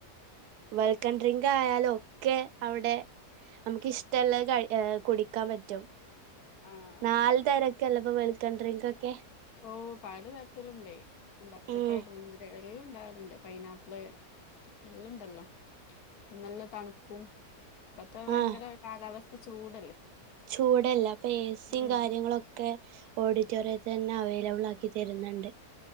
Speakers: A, on the right; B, on the left.
A: വെൽക്കം ഡ്രിങ്ക് ആയാലും ഒക്കെ അവിടെ നമുക്ക് ഇഷ്ടള്ളെ കയി കുടിക്കാൻ പറ്റും.
B: ആഹ്
A: നാല് തരൊക്കെല്ലപ്പോ വെൽക്കൻ ഡ്രിങ്ക് ഒക്കെ.
B: ഓ പല തരത്തിലുണ്ട് ബത്തക്കെ
A: ഉം
B: ആയൊണ്ട് മുന്തി എല്ലാംണ്ടാവലുണ്ട് പൈനാപ്പിള് എല്ല് ഇണ്ടല്ലോ. അനല്ല തണുപ്പും ഇപ്പത്തെ ഭയങ്കര
A: ആഹ്
B: കാലാവസ്ഥ ചൂടല്ലേ
A: ചൂടല്ല ഇപ്പൊ എസിം
B: ഉം
A: കാര്യങ്ങളൊക്കെ ഒക്കെ ഓഡിറ്റോറിയത്തിൽ തന്നെ അവൈലബിൾ ആക്കി തരുന്നുണ്ട്.